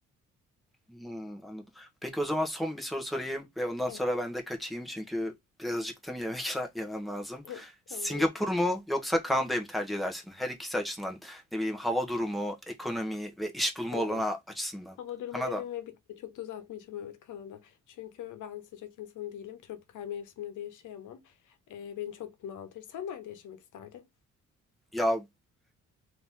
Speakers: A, in the centre; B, on the left (about 80°).
A: Hmm, anladım. Peki o zaman son bir soru sorayım ve ondan
B: Evet.
A: sonra ben de kaçayım çünkü biraz acıktım yemek la- yemem lazım.
B: <laughs>
A: Singapur
B: Tamam tamam.
A: mu yoksa Kanada'yı mı tercih edersin? Her ikisi açısından ne bileyim hava durumu, ekonomi ve iş bulma
B: Kanada.
A: olanağı açısından.
B: Hava durumu
A: Kanada.
B: dedim ve bitti. Çok da uzatmayacağım evet Kanada. Çünkü ben sıcak insanı değilim. Tropikal mevsimde de yaşayamam. Ee, beni çok bunaltır. Sen nerede yaşamak isterdin?
A: Ya